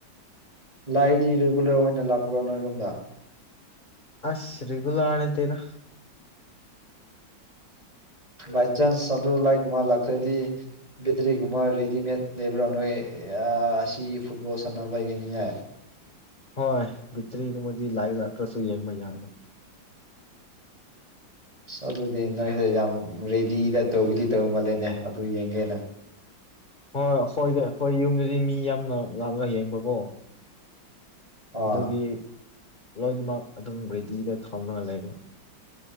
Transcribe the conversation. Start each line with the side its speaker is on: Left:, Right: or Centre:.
Right: ꯂꯥꯏꯗꯤ ꯔꯤꯒꯨꯂꯔ ꯑꯣꯏꯅ ꯂꯥꯛꯄ꯭ꯔꯣ ꯅꯣꯏꯔꯣꯝꯗ
Left: ꯑꯁ ꯔꯤꯒꯨꯂꯔ ꯅꯠꯇꯦꯗ
Right: ꯕꯥꯏ ꯆꯥꯟꯁ ꯁꯥ ꯑꯗꯨ ꯂꯥꯏꯒꯨꯝꯕ ꯂꯥꯛꯇ꯭ꯔꯗꯤ ꯕꯦꯇ꯭ꯔꯤꯒꯨꯝꯕ ꯔꯦꯗꯤꯃꯦꯗ ꯂꯩꯕ꯭ꯔꯥ ꯅꯣꯏ ꯑꯁꯤ ꯐꯨꯠꯕꯣꯜ ꯁꯥꯟꯅꯕ ꯌꯦꯡꯅꯤꯡꯉꯥꯏ
Left: ꯍꯣꯏ ꯤꯇ꯭ꯔꯤ ꯀ ꯃ ꯂꯥꯏ ꯌꯥꯇ꯭ꯔꯁꯨ ꯌꯦ ꯌꯥꯗꯣ
Right: ꯑꯁ ꯑꯗꯨꯗꯤ ꯅꯣꯏꯁꯦ ꯌꯥꯝ ꯔꯦꯗꯤꯗ ꯇꯧꯕꯗꯤ ꯇꯧ ꯃꯥꯜꯂꯦꯅꯦ ꯑꯗꯨ ꯌꯦꯡꯒꯦꯅ
Left: ꯍꯣꯏ ꯑꯩꯈꯣꯏꯗ ꯑꯩꯈꯣꯏ ꯌꯨꯝꯗꯗꯤ ꯃꯤ ꯌꯥꯝꯅ ꯂꯥꯛꯜꯂꯒ ꯌꯦꯡꯕꯀꯣ
Right: ꯑꯥ
Left: ꯑꯗꯨꯒꯤ ꯂꯣꯏꯅꯃꯛ ꯑꯗꯨꯝ ꯔꯦꯗꯤꯗ ꯊꯝꯒ ꯂꯩꯕ